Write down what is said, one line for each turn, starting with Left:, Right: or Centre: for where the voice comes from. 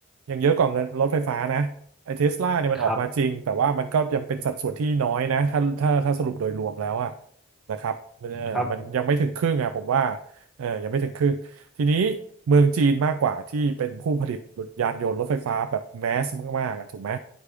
Right: ยังเยอะกว่าเงินรถไฟฟ้านะไอเทสลาเนี่ยมันออกมาจริงแต่ว่ามันก็ยังเป็นสัดส่วนที่น้อยนะถ้าถ้าถ้าสรุปโดยรวมแล้วอะ
Centre: ครับ
Right: นะครับมันเออมันยังไม่ถึงครึ่งอะผมว่า
Centre: ครับ
Right: เออยังไม่ถึงครึ่ง ทีนี้เมืองจีนมากกว่าที่เป็นผู้ผลิตยานยนต์รถไฟฟ้าแบบแมสมากๆอะถูกไหม